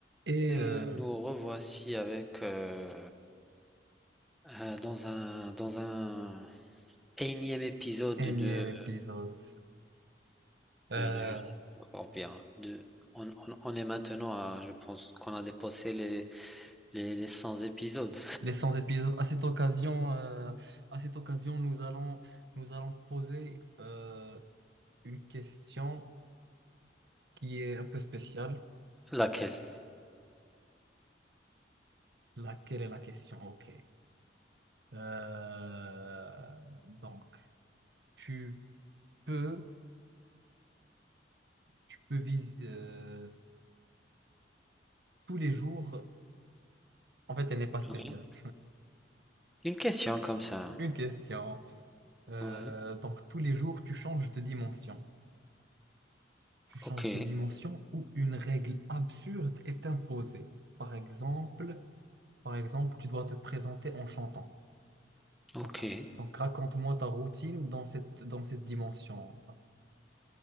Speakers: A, on the right; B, in the centre.
A: Et
B: Et
A: euh,
B: nous revoici avec euh, euh, dans un dans un énième épisode
A: énième
B: de
A: épisode. Euh,
B: de, de- je sais pas encore bien de on, on- on est maintenant à je pense qu'on a dépassé les les, les cent épisodes.
A: les cent épisodes. À cette occasion, euh, à cette occasion, nous allons, nous allons poser euh, une question qui est un peu spéciale.
B: Laquelle?
A: Laquelle est la question? Ok. Euh, donc, tu peux, tu peux vis- euh, tous les jours. En fait, elle n'est pas spéciale.
B: Oui. Une question comme ça.
A: Une question. Euh,
B: Ouais.
A: donc, tous les jours, tu changes de dimension. tu changes
B: Ok
A: de dimension ou une règle absurde est imposée. Par exemple, par exemple, tu dois te présenter en chantant. Donc,
B: ok
A: donc raconte-moi ta routine dans cette, dans cette dimension. Tu